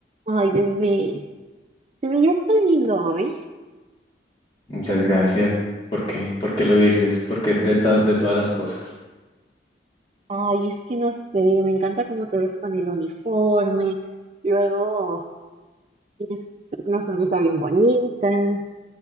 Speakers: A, on the right; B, on the left.
A: Ay, bebé, te veías tan lindo hoy.
B: Muchas gracias. ¿Por qué? ¿Por qué lo dices? Porque de, to- de todas las cosas.
A: Ay, es que no sé, me encanta cómo te ves con el uniforme. Luego tienes una sonrisa bien bonita,